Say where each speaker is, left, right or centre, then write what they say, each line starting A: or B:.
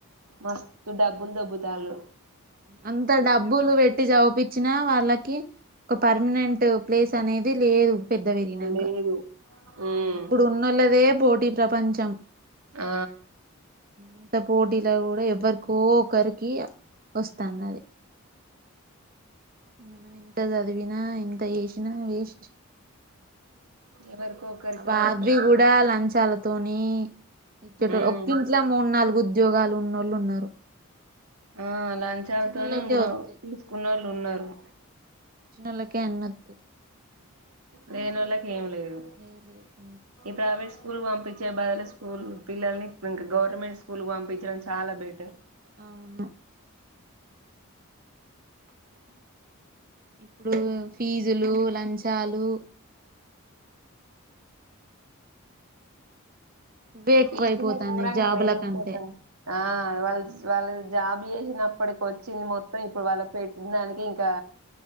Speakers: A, on the right; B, on the right.
A: మస్తు డబ్బ ముుందబుతాలు
B: అంత డబ్బులు పెట్టి చవిపి వచ్చిన వాళ్ళకి ఒక పర్మనెంట్ ప్లేస్ అనేది లేదు పెద్ద వెరిినంగా
A: లేదు ఉమ్
B: ఇప్పుడు ఉన్న లేదే పోటీ ప్రపంచం
A: ఆ
B: అంత పోటీలో కూడా ఎవ్వరుకో ఒకక్కరికి వస్తాను అది మనం ఎంత చదివినా ఎంత చేసినా వేస్ట్
A: ఎవరికో ఒకరికి
B: అ బా
A: అదృష్టం
B: అబవి కూడా లంచాల తని ఇ చె
A: హ్మ్
B: ఒకిట్లా మూడు నాలుగు ఉద్యోగాలు ఉన్నళ్ళు ఉన్నారు
A: ఆ లంచాలతోనే
B: వచ్చినోళ్ళకే
A: ఉన్నావు
B: వస్తాయి
A: తీసుకున్న వాళ్ళు ఉన్నారు
B: నలకి ఎన్నంత
A: లేేని వాళ్ళకి ఏం లేదు
B: ఏ లేదు
A: ఈ ప్రైవేట్ స్ స్కూల్ పంపించే బాలు స్కూల్ పిల్లల్ని ఇంకా గవర్నమెంట్ స్కూల్ పంపించడం చాలా బెటర్
B: అవును ఇప్పుడు ఫీజులు లంచాలు ఇవే ఎక్కువైపోతాన్నాయి
A: ఫీజులె గోరంగా
B: జాబుల
A: పెరుగుపోతానాయి
B: కంటే
A: ఆ వాళ్ వాళ్ళు జాబ్ చేసినప్పటికి వచ్చింది మొత్తం ఇప్పుడు వాళ్ళ పెట్టిన దానికి ఇంకా